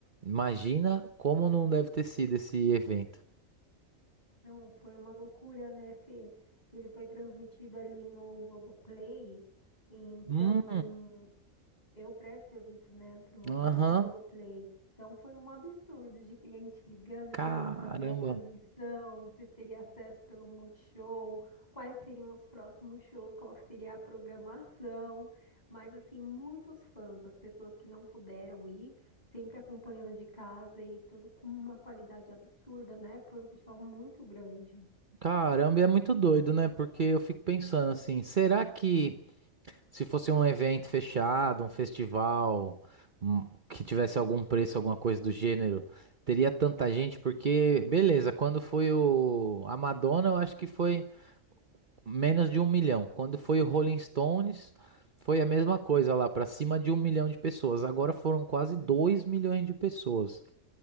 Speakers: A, on the right; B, on the left.
A: Imagina
B: Uhum.
A: como não deve ter sido esse evento.
B: Não, foi uma loucura, né, Fê? Ele foi transmitido ali no Globoplay, então
A: Hum,
B: Eu presto serviço, né, pro
A: aham.
B: saque Globoplay. Então foi um absurdo de cliente ligando, querendo
A: Caramba.
B: saber a transmissão, se teria acesso pelo Multishow, quais seriam os próximos shows, qual que seria a programação. Mas assim, muitos fãs, as pessoas que não puderam ir, sempre acompanhando de casa e tudo com uma qualidade absurda, né? Foi um festival muito grande.
A: Caramba, e é muito doido, né? Porque eu fico pensando assim, será que se fosse um evento fechado, um festival, hum, que tivesse algum preço, alguma coisa do gênero, teria tanta gente? Porque, beleza, quando foi o a Madonna, eu acho que foi menos de um milhão. Quando foi o Rolling Stones, foi a mesma coisa lá, pra cima de um milhão de pessoas. Agora foram quase dois milhões de pessoas.